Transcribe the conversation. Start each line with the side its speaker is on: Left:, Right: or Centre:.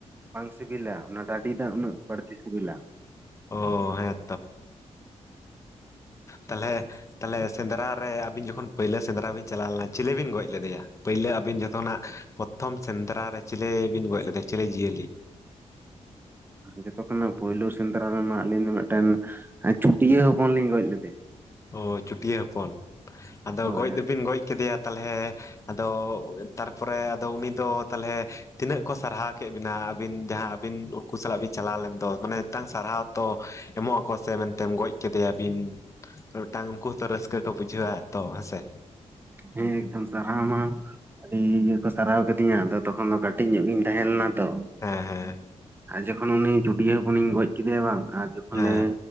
Right: ᱵᱟᱝ ᱥᱤᱵᱤᱞᱟ ᱚᱱᱟ ᱰᱟᱹᱰᱤ ᱫᱟᱜ ᱩᱱᱟᱹᱜ ᱵᱟᱹᱲᱛᱤ ᱥᱤᱵᱤᱞᱟ᱾
Left: ᱚ ᱦᱮᱸ ᱛᱟᱦᱞᱮ᱾ ᱛᱟᱦᱚᱞᱮ ᱥᱮᱸᱫᱽᱨᱟ ᱨᱮ ᱟᱹᱵᱤᱱ ᱡᱚᱠᱷᱚᱱ ᱯᱳᱭᱞᱳ ᱥᱮᱸᱫᱽᱨᱟ ᱵᱤᱱ ᱪᱟᱞᱟᱣ ᱞᱮᱱᱟ ᱪᱤᱞᱤ ᱵᱤᱱ ᱜᱚᱡ ᱞᱮᱫᱮᱭᱟ ᱯᱳᱭᱞᱳ ᱟᱹᱵᱤᱱ ᱡᱚᱛᱚᱱᱟᱜ᱾ ᱯᱨᱚᱛᱷᱚᱢ ᱥᱮᱸᱫᱽᱨᱟ ᱨᱮ ᱪᱤᱞᱮ ᱵᱤᱱ ᱜᱚᱡ ᱞᱮᱫᱮᱭᱟ ᱪᱤᱞᱮ ᱡᱤᱭᱟᱹᱞᱤ᱾
Right: ᱡᱚᱛᱚ ᱠᱷᱚᱱᱟᱜ ᱯᱩᱭᱞᱩ ᱥᱮᱸᱫᱽᱨᱟ ᱨᱮᱢᱟ ᱟᱹᱞᱤᱧ ᱫᱚ ᱢᱤᱫᱴᱮᱱ ᱪᱷᱩᱴᱭᱟᱹ ᱦᱚᱯᱚᱱ ᱞᱤᱧ ᱜᱚᱡ ᱞᱮᱫᱮᱭᱟ ᱾
Left: ᱚ ᱪᱩᱟᱹᱴᱭᱟᱹ ᱦᱚᱯᱚᱱ ᱟᱫᱚ
Right: ᱦᱳᱭ
Left: ᱜᱚᱡ ᱫᱚᱵᱤᱱ ᱜᱚᱡ ᱠᱮᱫᱮᱭᱟ ᱛᱟᱞᱦᱮ ᱟᱫᱚ ᱛᱟᱨᱯᱚᱨᱮ ᱟᱫᱚ ᱩᱱᱤ ᱫᱚ ᱛᱟᱞᱦᱮ ᱛᱤᱱᱟᱹᱜ ᱠᱚ ᱥᱟᱨᱦᱟᱣ ᱠᱮᱫ ᱵᱤᱱᱟ ᱟᱵᱤᱱ ᱡᱟᱦᱟᱸ ᱵᱤᱱ ᱩᱱᱠᱩ ᱥᱟᱞᱟᱜ ᱵᱤᱱ ᱪᱟᱞᱟᱣ ᱞᱮᱱ ᱫᱚ ᱢᱟᱱᱮ ᱢᱤᱫᱴᱟᱝ ᱥᱟᱨᱦᱟᱣ ᱛᱚ ᱮᱢᱚᱜ ᱟᱠᱚ ᱥᱮ ᱢᱮᱱᱛᱮᱢ ᱜᱚᱡ ᱠᱮᱫᱮᱭᱟᱵᱤᱱ ᱢᱤᱫᱴᱟᱝ ᱩᱱᱠᱩ ᱦᱚᱸᱛᱚ ᱨᱟᱹᱥᱠᱟᱹ ᱠᱚ ᱵᱩᱡᱷᱟᱹᱣᱟ ᱛᱚ ᱦᱮᱸᱥᱮ
Right: ᱦᱮᱸ ᱮᱠᱫᱚᱢ ᱥᱟᱨᱦᱟᱣᱢᱟ ᱟᱹᱰᱤ ᱤᱭᱟᱹ ᱠᱚ ᱥᱟᱨᱦᱟᱣ ᱠᱤᱫᱤᱧᱟ ᱟᱫᱚ ᱛᱚᱠᱷᱚᱱ ᱫᱚ ᱠᱟᱹᱴᱤᱡ ᱧᱚᱜ ᱜᱤᱧ ᱛᱟᱦᱮᱸ ᱞᱮᱱᱟ ᱛᱚ
Left: ᱦᱮᱸ ᱦᱮᱸ
Right: ᱟᱨ ᱡᱚᱠᱷᱚᱱ ᱩᱱᱤ ᱪᱷᱩᱴᱭᱟᱹ ᱦᱚᱯᱚᱱᱤᱧ ᱜᱚᱡ ᱠᱮᱫᱮᱭᱟ ᱵᱟᱝ ᱟᱨ ᱡᱚᱠᱷᱚᱱ
Left: ᱦᱮᱸ
Right: ᱞᱮ